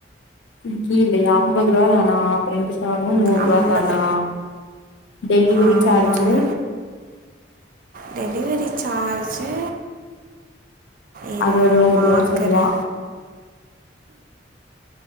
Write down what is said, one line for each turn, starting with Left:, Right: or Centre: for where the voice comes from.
Left: ஸ்விகில்லயா அம்பது ரூவா தானா அப்ப ரெண்டு சவர்மா நூறுவா
Right: ஐம்பது
Left: தானா டெலிவரி
Right: ஆமாங்க
Left: சார்ஜ்
Right: டெலிவரி சார்ஜு இருங்க
Left: அது
Right: நா
Left: ஒரு நூறு
Right: பாக்குறே
Left: ரூபா சொல்லுவா